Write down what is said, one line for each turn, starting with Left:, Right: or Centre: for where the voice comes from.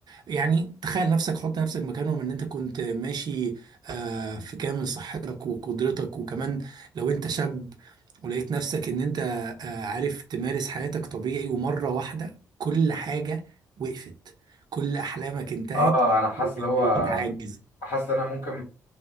Right: يعني تخيل نفسك حط نفسك مكانهم ان انت كنت ماشي آه في كامل صحتك وقدرتك وكمان لو انت شاب ولقيت نفسك ان انت آه، عارف تمارس حياتك طبيعي ومرة واحدة كل حاجة وقفت كل احلامك انتهت
Left: اه انا حاسس
Right: وبقيت
Left: اللي هو
Right: عاجز
Left: حاسس ان انا ممكن